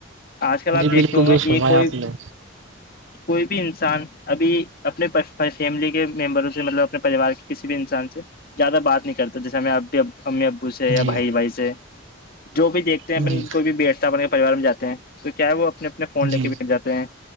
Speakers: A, on the left (about 50°); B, on the right (about 80°).
A: آج کل
B: جی
A: آپ دیکھتے
B: بالکل
A: ہوں
B: درست
A: گے
B: فرمایا
A: یہ کوئی
B: آپ نے
A: کوئی بھی انسان ابھی اپنے پ ہماری فیملی کے ممبروں سے مطلب اپنے پریوار کے کسی بھی انسان سے زیادہ بات نہیں کرتا جیسے ہم میں اپ بھیب امی ابو سے یا
B: جی
A: بھائی بھائی سے جو بھی دیکھتے ہیں
B: جی
A: اپن کوئی بھی بیٹھ کے پریوار میں جاتے ہیں تو کیا وہ اپنے اپنے فون
B: جی
A: لے کے بھیٹ جاتے ہیں